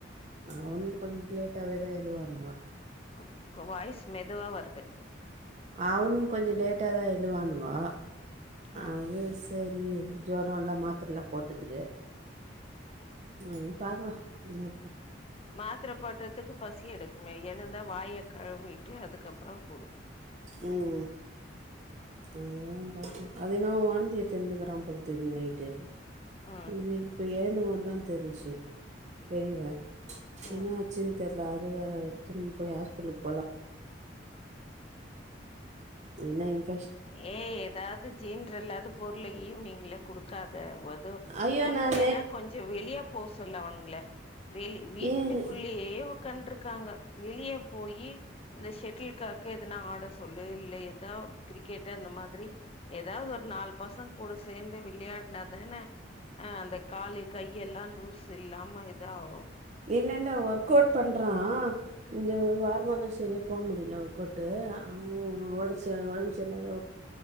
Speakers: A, on the right; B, on the left.
A: அவனும் கொஞ்ச லேட்டாவேதா எழுவானுங்க
B: உங்க வாய்ஸ் மெதுவா வருது
A: அவனுங் கொஞ்ச லேட்டாதா எழுவானுங்கோ
B: ம்
A: அது சரி ரி ஜொரோ லா மாத்திரலா போட்டுதுக்கு உம் பாக்கலாம் என்
B: மாத்திரை போட்டுறதுக்கு பசி எடுக்குமே எழுந்து அதான் வாய கழுவிட்டு அதுக்கப்புறம் கூடும்
A: உம் ஆஹ்ஹான் பா அது என்னவோ வாந்தி எடுத்துக்கிறான் போல நேந்து நைட்டு
B: ம்
A: இது இப்ப ஏந்த போது தான் தெரிஞ்சச்சு தெரியல
B: ம்
A: என்னா ஆச்சுன்னு தெரியல அது வேற திரும்ப போய் ஹாஸ்பிடலுக்கு போலாம் என்ன இது
B: ஏ எதாவது ஜென்ரல்லாவது பொருள ஈவினிங்ல குடுக்காத தேவது
A: ஐயோ
B: குடுத்தியேன்னா
A: நான்
B: கொஞ்சம் வெளிய போ சொல்லு அவனுங்கள வெளி வீட்டுக்குள்ளேயே
A: ஏன்
B: உட்கார் உட்கண்டிருக்காங்க வெளியே போய் இந்த ஷட்டில்காக்கு எதனாவது ஆட சொல்லு இல்ல ஏதாவது கிரவு கேட்ட அந்த மாதிரி ஏதாவது ஒரு நாலு பசங்க கூட சேர்ந்து விளையாடினாதானே அஹ் அந்த காலு கையி யெல்லாம் லூஸ் இல்லாம இதாகும்
A: இல்ல இல்ல ஒர்க் அவுட் பண்றான் இந்த ஒரு வா வாரமாதான் சரியா போக முடியல ஒர்க்கவுட்டு அவ உடம்பு சரி உடம்பு சரியல்லாத